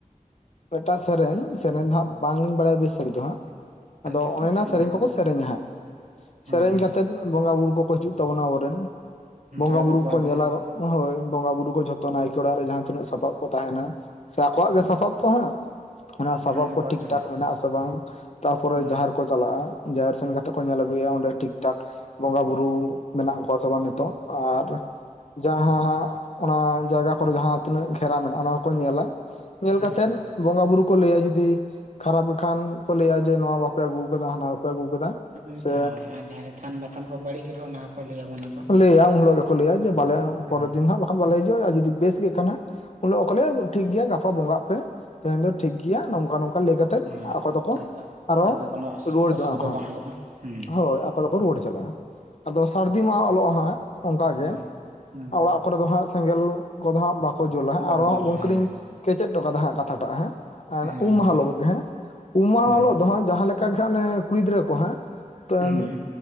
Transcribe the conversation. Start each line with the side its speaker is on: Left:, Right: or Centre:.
Left: ᱢᱤᱫᱴᱟᱝ ᱥᱮᱨᱮᱧ ᱥᱮᱨᱮᱧ ᱫᱚ ᱦᱟᱸᱜ ᱵᱟᱝᱞᱤᱧ ᱵᱟᱲᱟᱭᱟ ᱵᱮᱥ ᱥᱟᱹᱲᱤᱡ ᱫᱚ ᱦᱟᱸᱜᱼᱼ ᱟᱫᱚ
Right: ᱟᱪᱪᱷᱟ
Left: ᱚᱱᱮ
Right: ᱴᱷᱤᱠ
Left: ᱚᱱᱟ
Right: ᱦᱮᱸ
Left: ᱥᱮᱨᱮᱧ ᱠᱚᱠᱚ ᱥᱮᱨᱮᱧᱟ ᱦᱟᱸᱜ, ᱥᱮᱨᱮᱧ
Right: ᱦᱮᱸ
Left: ᱠᱟᱛᱮᱫ ᱵᱚᱸᱜᱟ ᱵᱩᱨᱩ ᱠᱚᱠᱚ ᱦᱤᱡᱩᱜᱼᱼ ᱛᱟᱵᱚᱱᱟ ᱟᱵᱚᱨᱮᱱ ᱵᱚᱸᱜᱟ
Right: ᱟᱬᱜᱚ
Left: ᱵᱩᱨᱩ
Right: ᱠᱚᱣᱟᱵᱚᱱ
Left: ᱠᱚᱠᱚ ᱧᱮᱞᱟᱜᱚᱜᱼᱼ ᱦᱳᱭ ᱵᱚᱸᱜᱟ ᱵᱩᱨᱩ ᱠᱚ ᱡᱷᱚᱛᱚ ᱱᱟᱭᱠᱮ ᱚᱲᱟᱜ ᱨᱮ ᱡᱟᱦᱟᱸ ᱛᱤᱱᱟᱹᱜ ᱥᱟᱯᱟᱵ ᱠᱚ ᱛᱟᱦᱮᱸᱱᱟ ᱥᱮ ᱟᱠᱚᱣᱟᱜ ᱜᱮ ᱥᱟᱯᱟᱵ ᱛᱚ ᱦᱟᱸᱜ, ᱚᱱᱟ ᱥᱟᱯᱟᱵ
Right: ᱦᱮᱸ ᱚᱠᱚᱭ
Left: ᱠᱚ ᱴᱷᱤᱠ-ᱴᱷᱟᱠ
Right: ᱦᱮᱸ
Left: ᱢᱮᱱᱟᱜ-ᱟ ᱥᱮ ᱵᱟᱝ? ᱛᱟᱯᱚᱨᱮ
Right: ᱦᱩᱸ
Left: ᱡᱟᱦᱮᱨᱼᱼ ᱠᱚ ᱪᱟᱞᱟᱜ-ᱟ ᱡᱟᱦᱮᱨ ᱥᱮᱱ ᱠᱟᱛᱮᱜ ᱠᱚ ᱧᱮᱞ ᱟᱹᱜᱩᱭᱟ ᱚᱸᱰᱮ ᱴᱷᱤᱠ ᱴᱷᱟᱠ ᱵᱚᱸᱜᱟ ᱵᱩᱨᱩ ᱢᱮᱱᱟᱜ ᱠᱚᱼᱼ ᱠᱚᱣᱟ ᱥᱮ ᱵᱟᱝ ᱱᱤᱛᱚᱜ ᱟᱨᱼᱼ ᱡᱟᱦᱟᱸ ᱦᱟᱸᱜ ᱚᱱᱟ ᱡᱟᱭᱜᱟ ᱠᱚᱨᱮ ᱡᱟᱦᱟᱸ ᱛᱤᱱᱟᱹᱜ ᱜᱷᱮᱨᱟ ᱢᱮᱱᱟᱜ-ᱟ ᱚᱱᱟ ᱠᱚ-ᱠᱚ ᱧᱮᱞᱟ᱾
Right: ᱦᱩᱸ
Left: ᱧᱮᱞ ᱠᱟᱛᱮᱫᱼᱼ ᱵᱚᱸᱜᱟ ᱵᱩᱨᱩ ᱠᱚ ᱞᱟᱹᱭᱟ ᱡᱩᱫᱤ ᱠᱷᱟᱨᱟᱯ ᱜᱮᱠᱷᱟᱱ ᱠᱚ ᱞᱟᱹᱭᱟ ᱡᱮ ᱱᱚᱣᱟ ᱵᱟᱯᱮ ᱟᱹᱜᱩ ᱠᱟᱫᱟ ᱦᱟᱱᱟ ᱵᱟᱯᱮ ᱟᱹᱜᱩ ᱠᱟᱫᱟ᱾
Right: ᱦᱳᱭ
Left: ᱥᱮ
Right: ᱡᱟᱦᱟᱸᱭ ᱛᱷᱟᱱ ᱵᱟᱛᱷᱟᱱ ᱠᱚ ᱵᱟᱹᱲᱤᱡ ᱜᱮ ᱨᱮᱦᱚᱸ ᱚᱱᱟ ᱦᱚᱸᱠᱚ ᱞᱟᱹᱭ ᱟᱵᱚᱱᱟ᱾
Left: ᱠᱟ ᱞᱟᱹᱭᱟ ᱩᱱ ᱦᱤᱞᱳᱜ ᱜᱮᱠᱚ ᱞᱟᱹᱭᱟ ᱡᱮ ᱵᱟᱞᱮ ᱯᱚᱨᱮᱨ
Right: ᱦᱩᱸ
Left: ᱫᱤᱱ ᱦᱟᱸᱜᱼᱼ ᱠᱟᱱ ᱵᱟᱞᱮ ᱦᱤᱡᱩᱜ-ᱟ ᱟᱨ ᱡᱩᱫᱤ ᱵᱮᱥ ᱜᱮᱠᱟᱱᱟ ᱦᱟᱸᱜ ᱩᱱ ᱦᱤᱞᱳᱜ ᱠᱷᱚ ᱞᱟᱹᱭᱟ ᱴᱷᱤᱠ ᱜᱮᱭᱟ ᱜᱟᱯᱟ ᱵᱚᱸᱜᱟᱜ ᱯᱮ, ᱛᱮᱦᱮᱧ ᱫᱚ ᱴᱷᱤᱠ ᱜᱮᱭᱟ ᱱᱚᱝᱠᱟ ᱱᱚᱝᱠᱟ ᱞᱟᱹᱭ ᱠᱟᱛᱮᱫ
Right: ᱦᱩᱸ
Left: ᱟᱨ ᱠᱚᱫᱚ ᱠᱚ
Right: ᱜᱟᱯᱟ
Left: ᱟᱨᱚ
Right: ᱜᱟᱯᱟ ᱠᱳᱱᱳ ᱚᱥ-
Left: ᱨᱩᱣᱟᱹᱲ
Right: ᱚᱥᱩᱵᱤᱫᱟ
Left: ᱡᱚᱝᱟᱜ ᱟᱠᱚ ᱦᱟᱸᱜ᱾
Right: ᱵᱟᱝ ᱦᱩᱭᱩᱜᱼᱟ ᱦᱩᱸ
Left: ᱦᱳᱭ ᱟᱠᱼᱼ ᱚᱠᱟ ᱫᱚᱠᱚ ᱨᱩᱣᱟᱹᱲ ᱪᱟᱞᱟᱜ-ᱟ ᱟᱫᱚ ᱥᱟᱹᱨᱫᱤ ᱢᱟᱦᱟᱸ ᱚᱞᱚᱜ ᱦᱟᱸᱜ ᱚᱱᱠᱟᱜ ᱜᱮ
Right: ᱦᱩᱸ ᱦᱩᱸ
Left: ᱚᱲᱟᱜ ᱠᱚᱨᱮ ᱫᱚᱦᱟᱸᱜᱼᱼ ᱥᱮᱸᱜᱮᱞ ᱠᱚᱫᱚ ᱦᱟᱸᱜ ᱵᱟᱠᱚ ᱡᱳᱞᱟ
Right: ᱵᱟᱠᱚ
Left: ᱟᱨᱦᱚ
Right: ᱡᱩᱞᱟ
Left: ᱦᱟᱸᱜ ᱜᱚᱢᱠᱮ
Right: ᱦᱮᱸ
Left: ᱞᱤᱧ ᱠᱮᱪᱮᱫ ᱴᱚᱠᱟᱫᱟ ᱦᱟᱸᱜ ᱠᱟᱛᱷᱟᱴᱟᱜ ᱦᱮᱜ,
Right: ᱦᱮᱸ
Left: ᱩᱢ ᱢᱟᱦᱟ
Right: ᱞᱟᱹᱭ ᱵᱤᱱ
Left: <unintelligible> ᱜᱮ ᱦᱟᱸᱜ ᱩᱢ ᱢᱟᱦᱟ
Right: ᱦᱩᱸ
Left: ᱦᱤᱞᱳᱜ ᱫᱚ ᱦᱟᱸᱜ ᱡᱟᱦᱟᱸ ᱞᱮᱠᱟ ᱜᱮ ᱦᱟᱸᱜ ᱚᱱᱮ ᱠᱩᱲᱤ ᱜᱤᱫᱽᱨᱟᱹ ᱠᱚ ᱦᱟᱸᱜᱼᱼ ᱛᱮᱱ
Right: ᱦᱩᱸ